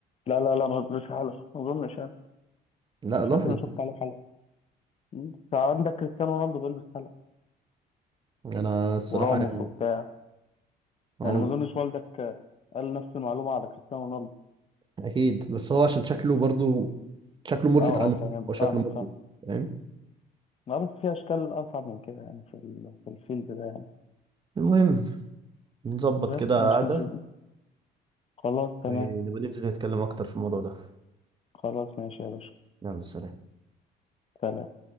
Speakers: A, on the left; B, on the right.
A: لا لا لا ما بيلبسش حلقة ما أظنش يعني
B: لا
A: مش
B: لاحظ
A: فاكر إني شفت عليه حلقة مم. فعندك كريستيانو رونالدو بيلبس حلقة
B: انا الصراحه
A: وراموس
B: يعني
A: وبتاع
B: هو
A: يعني ما أظنش والدك آه، قال نفس المعلومة على كريستيانو رونالدو
B: اكيد بس هو عشان شكله برضو شكله ملفت
A: أه
B: عنه
A: أه فاهم
B: هو
A: فاهمك
B: شكله ملفت
A: فاهم
B: فاهم
A: لا بس في أشكال أصعب من كده يعني في ال- في الفيلد ده يعني
B: المهم نظبط
A: بس
B: كده
A: مش
B: قعده
A: مش خلاص تمام
B: ونبقى ننزل نتكلم اكتر في الموضوع ده
A: خلاص ماشي يا باشا
B: يلا سلام
A: سلام